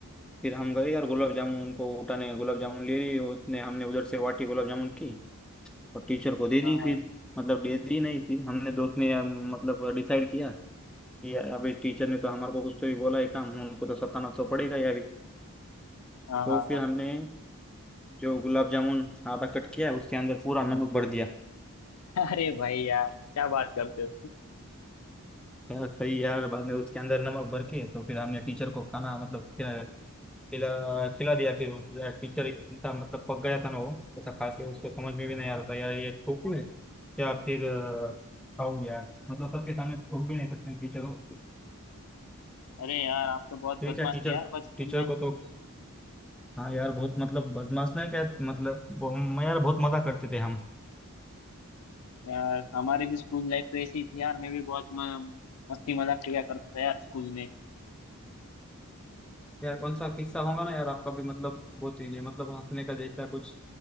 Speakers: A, in the centre; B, on the left (about 85°).
A: फिर हम गए यार गुलाब जामुन उनको उठाने गुलाब जामुन ले लिए उसने हमने उधर से वाटी गुलाब जामुन की और टीचर को दे दी
B: हाँ
A: फिर
B: हाँ
A: मतलब दे दी नहीं फिर हमने दोस्त ने यार, मतलब डिसाइड किया कि यार अभी टीचर ने तो हमारे को कुछ तो भी बोला है काम उनको तो सताना तो पड़ेगा यार अभी
B: हाँ
A: तो
B: हाँ हाँ
A: फिर
B: हाँ
A: हमने जो गुलाब जामुन आधा कट किया उसके अंदर पूरा नमक भर दिया
B: अरे भाई यार क्या बात करते हो
A: यार सही यार बाद में उसके अंदर नमक भर के तो फिर हमने टीचर को खाना मतलब खिला खिला खिला दिया फिर वो। यार टीचर इतना मतलब पक गया था ना वो ऐसा खा के उसको समझ में भी नहीं आ रहा था यार ये ठोकू है या फिर अ, खाऊ यार मतलब सबके सामने ठोक भी नहीं सकते टीचर को
B: अरे यार आप तो बहुत
A: फिर
B: बदमाश
A: क्या टीचर
B: थे यार बचपन
A: टीचर
B: में
A: को तो हाँ यार बहुत मतलब बदमाश नहीं क्या मतलब वो- हम- यार बहुत मजा करते थे हम
B: यार हमारे भी स्कूल लाइफ तो ऐसी ही थी यार मैं भी बहुत म, मस्ती मजाक किया करता था यार स्कूल में
A: यार कौन सा किस्सा होगा ना यार आपका भी मतलब बहुत ही मतलब हंसने का जैसा कुछ